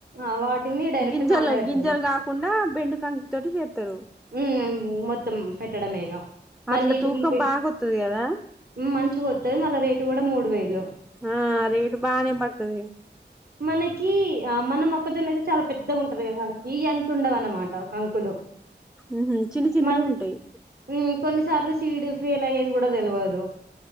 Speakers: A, on the right (about 55°); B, in the centre.
A: ఆ వాటిని డైరెక్ట్
B: గింజలు
A: కాంట పెట్టడం
B: గింజలు కాకుండా బెండు కంకి తోటి చేత్తరు
A: ఉమ్ మొత్తం పెట్టడమేగా మళ్ళీ
B: అట్లా తూకం
A: డుంబె
B: బాగొత్తది కదా
A: హ్మ్ మంచిగా వో వస్తది మళ్ళ రేటు కూడా మూడు వేలు
B: ఆ రేటు బానే పడతది
A: మనకి ఆ మన మొక్కజొన్న అయితే చాలా పెద్దగా ఉంటది కదా ఈ అంత ఉండదు అన <unintelligible>
B: ఉహు చిన్న చిన్నవి
A: మల్
B: ఉంటాయి
A: హ్మ్ కొన్ని సార్లు సీడ్ ఫెయిల్ అయ్యేది కూడా తెలవదు